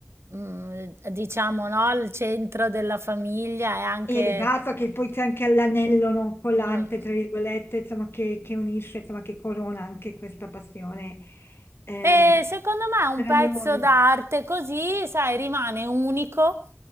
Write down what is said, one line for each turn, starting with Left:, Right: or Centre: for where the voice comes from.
Right: mm, diciamo, no, il centro della famiglia, è anche...
Left: Esatto, che poi c'è anche l'anello non collante,
Right: mm.
Left: tra virgolette, insomma, che, che unisce, insomma, che corona anche questa passione eh,
Right: E secondo me un
Left: tra
Right: pezzo
Left: loro.
Right: d'arte così, sai, rimane unico,